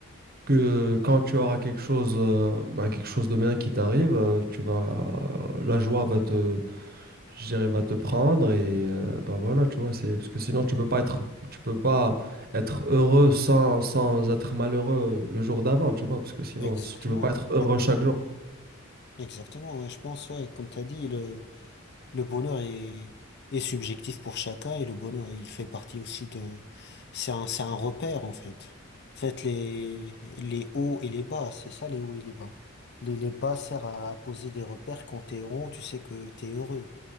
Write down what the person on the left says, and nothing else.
Exactement.
Exactement, ouais, je pense, ouais, comme tu as dit, Le bonheur est, est subjectif pour chacun et le bonheur, il fait partie aussi de, c'est un, c'est un repère, en fait. En fait, les, les hauts et les bas, c'est ça, les hauts et les bas. Les, les bas servent à poser des repères. Quand t'es en haut, tu sais que t'es heureux.